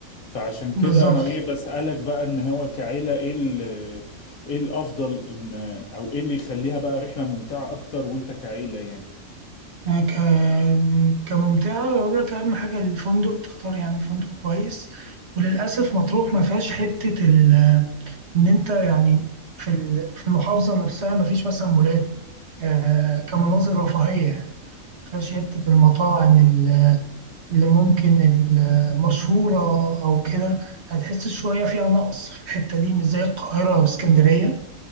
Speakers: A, on the left; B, on the right.
A: فعشان كده
B: بالظبط
A: انا ايه بسألك بقى ان هو كعيلة ايه ال- ايه الافضل ان او ايه اللي يخليها بقى رحلة ممتعة اكتر وانت كعيلة يعني
B: آه، ك- كممتعة أقول لك أهم حاجة الفندق تختار يعني فندق كويس وللأسف مطروح ما فيهاش حتة ال- إن أنت يعني في ال- في المحافظة نفسها ما فيش مثلا مولات آه، كمناظر رفاهية يعني ما فيهاش حتة المطاعم اللي ممكن المشهورة أو كده هتحس شوية فيها نقص في الحتة دي مش زي القاهرة أو اسكندرية